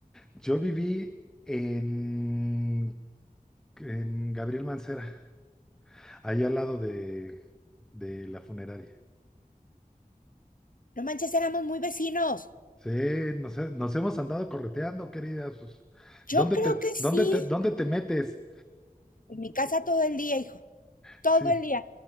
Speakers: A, in the centre; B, on the left.
A: yo viví en, en Gabriel Mancera, ahí al lado de, de la funeraria.
B: No manches, éramos muy vecinos.
A: Sí, nos, he- nos hemos andado correteando, querida. pues, ¿Dónde
B: Yo creo
A: te,
B: que sí.
A: dónde te, dónde te metes?
B: En mi casa todo el día, hijo. Todo
A: Sí,
B: el día.